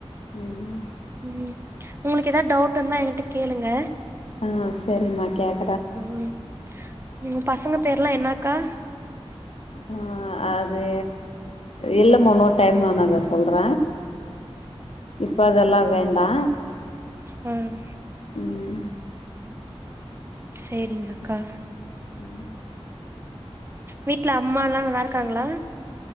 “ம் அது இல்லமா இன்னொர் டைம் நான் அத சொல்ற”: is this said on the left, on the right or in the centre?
Left